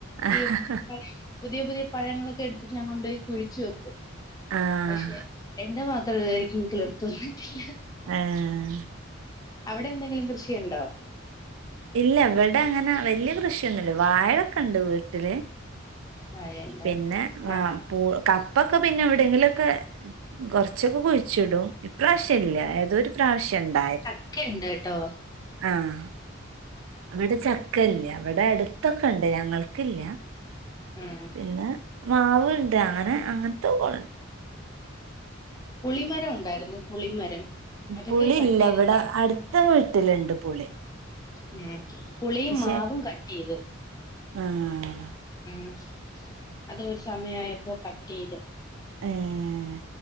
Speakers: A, on the right; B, on the left.
A: ആഹ്
B: ഈ പ പുതിയ പുതിയ പഴങ്ങളൊക്കെ എടുത്തിട്ട് ഞാൻ കൊണ്ടോയി കുഴിച്ചു വെക്കും.
A: ആഹ്
B: പക്ഷെ എന്റെ മാത്രം ഇതുവരേക്കും കിളിർ തൊറന്നിട്ടില്ല.
A: ആഹ്
B: അവടെ എന്തെങ്കിലും കൃഷിയൊണ്ടോ?
A: ഇല്ല ഇവടെ അങ്ങനെ വെല്ല്യ കൃഷി യൊന്നുല്ല. വാഴക്കെണ്ട് വീട്ട്ല്.
B: മഴയുണ്ട്
A: പിന്നെ അഹ്
B: ആഹ്
A: പൂ ക പ്പക്കെ പിന്നെ എവ്ടെങ്കിലൊക്കെ കൊർച്ചൊക്കെ കുയ്ച്ചിടും. ഇപ്രാവശ്യ ല്ല ഏതോരു പ്രാവശ്യണ്ടായിര്
B: ക്കെണ്ട് ട്ടോ.
A: ആഹ് ഇവ്ടെ ചക്കല്യാ. ഇവടെ അട്ത്തെക്കെ ണ്ട് ഞങ്ങൾക്കില്ല.
B: ഉം
A: പിന്നെ മാവ്ണ്ട്. അങ്ങനെ അങ്ങൻത്തെക്കൊ
B: പുളിമരം ഒണ്ടായിര്ന്നു. പുളിമരം. അതൊക്കെ
A: പുളില്ല
B: കട്ട് ചെയ്ത്
A: വടെ
B: കളഞ്ഞു
A: അട്ത്ത വീട്ട്‌ല്ണ്ട് പുളി.
B: ഉം പുളിം
A: പക്ഷെ
B: മാവും കട്ടെയ്ത്.
A: ആഹ്
B: ഉം അതൊരു സമയായപ്പോ കട്ടെയ്തു.
A: ഏഹ്